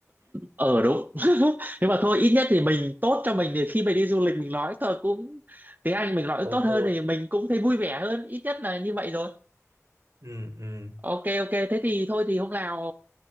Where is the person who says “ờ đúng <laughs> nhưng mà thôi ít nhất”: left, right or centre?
Right